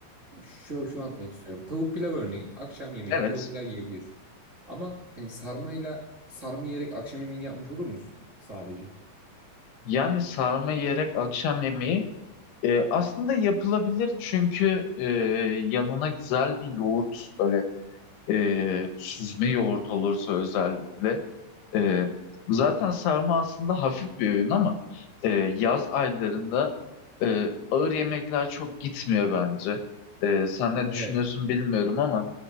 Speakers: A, on the right; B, on the left.
A: şu, şu anlatmak istiyorum. Tavuk pilav örneğin akşam yemeğine
B: Evet.
A: tavuk pilav yiyebilirsin. Ama hani sarmayla sarma yiyerek akşam yemeğini yapmış olur musun sadece?
B: Yani sarma yiyerek akşam yemeği E, aslında yapılabilir çünkü e, yanına güzel bir yoğurt böyle e, süzme yoğurt olursa özellikle ee, zaten sarma aslında hafif bir öğün ama e, yaz aylarında e, ağır yemekler çok gitmiyor bence. E, sen ne
A: Evet.
B: düşünüyorsun bilmiyorum ama